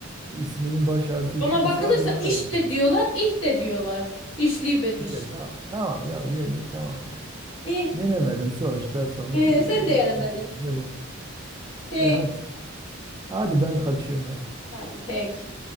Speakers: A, on the right; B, on the left.
A: isminin baş harfi
B: Ona
A: şuysa
B: bakılırsa
A: bilemem
B: iş
A: yani.
B: de diyorlar, ih de diyorlar. İşli bediş.
A: Neyse tamam tamam ya ye, tamam yani.
B: İh.
A: Yenemedin sonuçta sonuç
B: Ee,
A: e,
B: sen de yenemedin.
A: netice bu.
B: Pek.
A: E hadi hadi ben kaçıyorum hadi.
B: Hadi pek.